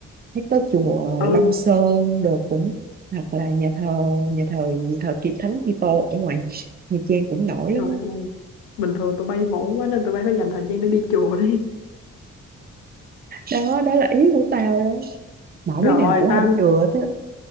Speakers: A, on the right (about 25°); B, on the left (about 80°).
A: Thấy có chùa
B: ừ
A: Long Sơn được cũng hoặc là nhà thờ nhà thờ nhà thờ Kiệt Thánh Kitô ở ngoài Nha Trang cũng nổi lắm
B: trời
A: á
B: ơi bình thường tụi bay hổn quá nên tụi bay phải dành thời gian để đi chùa đi
A: đó đó là ý của tao đó mỗi
B: rồi
A: đứa nào cũng
B: tao
A: không vừa thế